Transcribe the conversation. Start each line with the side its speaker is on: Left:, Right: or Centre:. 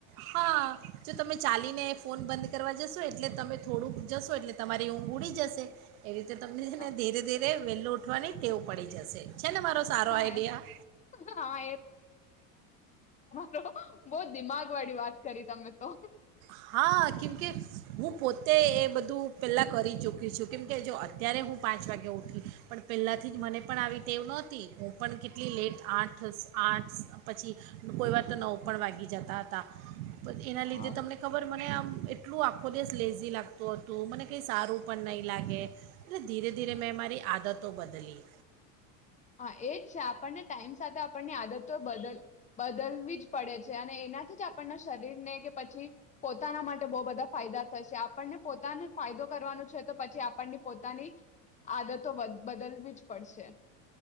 Right: હા જો તમે ચાલીને ફોન બંધ કરવા જશો એટલે તમે થોડુંક જશો એટલે તમારી ઊંઘ ઉડી જશે, એવી તે તમને
Left: હા
Right: ધીરે ધીરે વેહેલો ઉઠવાની ટેવ પડી જશે છે ને મારો સારો
Left: હા
Right: આઈડિયા.
Left: એ હા બહ દિમાગ વાળી વાત કરી તમે તો
Right: હા કેમ કે હું પોતે એ બધું પહેલાં કરી ચૂક છું કેમકે જો અત્યારે હું પાંચ વાગે ઉઠી, પણ પહેલાંથી જ મને પણ આવી ટેવ નહોતી હું પણ કેટલી લેટ આઠ આઠ પછી, કોઈ વાર તો નવ પણ વાગી જતા હતા. પણ એના લીધે
Left: હા
Right: તમને ખબર મને આમ એટલું આખો દિવસ લેઝી લાગતું હતું મને કંઈ સારું પણ નહીં લાગે, એટલે ધીરે ધીરે મેં મારી આદતો બદલી.
Left: હા એ જ છે આપણને ટાઈમ સાથે આપણની આદતો બદલ બદલવી જ પડે છે અને એનાથી જ આપણના શરીરને કે પછી, પોતાના માટે બહુ બધા ફાયદા થશે આપણને પોતાને ફાયદો કરવાનું છે તો પછી આપણની પોતાની, આદતો બદલવી જ પડશે.